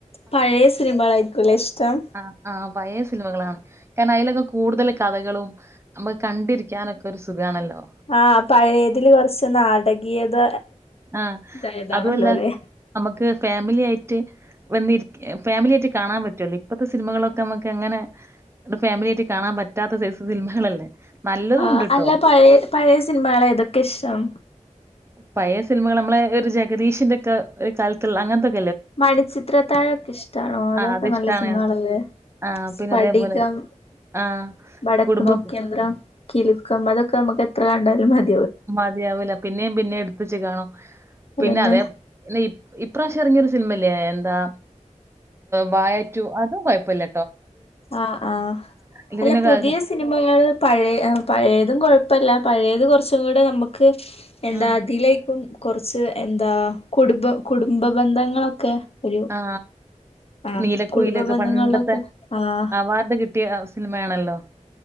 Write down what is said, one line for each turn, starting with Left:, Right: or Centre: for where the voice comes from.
Left: പഴയ സിനിമകളായിരികുല്ലേ ഇഷ്ടം
Right: ആ ആ പഴയ സിനിമകളാണ് കാരണം അതിലൊക്കെ കൂടുതൽ കഥകളും നമുക്ക് കണ്ടിരിക്കാനൊക്കെ ഒരു സുഖമാണല്ലോ
Left: ആഹ പഴയതിൽ കുറച്ച് നാട് ഇടകിയത്ത
Right: ആ
Left: ഇതായതാണല്ലോ
Right: അതുമല്ല
Left: ല്ലെ
Right: നമുക്ക് ഫാമിലി ആയിട്ട് വന്നി ഫാമിലിയായിട്ട് കാണാൻ പറ്റുവല്ലോ ഇപ്പഴത്തെ സിനിമകളൊക്കെ നമുക്ക് എങ്ങനെ ഫാമിലി ആയിട്ട് കാണാൻ പറ്റാത്ത സൈസ് സിനിമകളല്ലേ നല്ലതും
Left: ആ
Right: ഉണ്ട് ട്ടോ.
Left: അല്ല പഴയ പഴയ സിനിമകൾ ഏതൊക്കെ ഇഷ്ടം
Right: പഴയ സിനിമകൾ നമ്മളെ ഒരു ജഗദീഷിന്റെ ഒക്കെ കാലത്തിൽ അങ്ങനത്തെക്കെ
Left: മണിച്ചിത്രതാഴൊക്കെ ഇഷ്ടമാണോ അതൊക്കെ
Right: ആ അതിഷ്ടാണ്.
Left: നല്ല സിനിമകളല്ലേ
Right: ആ
Left: സ്ഫടികം
Right: പിന്നെ അതേപോലെ ആ
Left: വടക്ക്
Right: കുടുംബം
Left: നോക്കിയന്ത്രം കിലുക്കം അതൊക്കെ നമുക്ക് എത്ര കണ്ടാലും മതി
Right: മതിയാവൂല പിന്നെയും പിന്നെ എടുത്തച്ച് കാണും പിന്നെ
Left: അതന്നെ
Right: അതെ ഇപ്രാവശ്യം ഇറങ്ങിയൊരു സിനിമല്ലേ എന്താ വായാറ്റു അതും കൊഴപ്പല്ല
Left: ആ ആ
Right: ഇല്ല
Left: അല്ല
Right: പിന്നെ
Left: പുതിയ
Right: ക-
Left: സിനിമകൾ പഴയ പഴയതും കൊഴപ്പല്ല പഴയത് കൊറച്ചും കൂടെ നമുക്ക് എന്താ
Right: ഉം
Left: അതിലേക്കും കൊറച്ച് എന്താ കുടുംബ കുടുംബ ബന്ധങ്ങളൊക്കെ ഒരു
Right: ആ
Left: ആഹ്
Right: നീലക്കുയിലൊക്കെ
Left: കുടുംബ ബന്ധങ്ങളിലൊക്കെ
Right: പണ്ടത്തെ
Left: ആഹ്
Right: അവാർഡ് കിട്ടിയ സിനിമയാണല്ലോ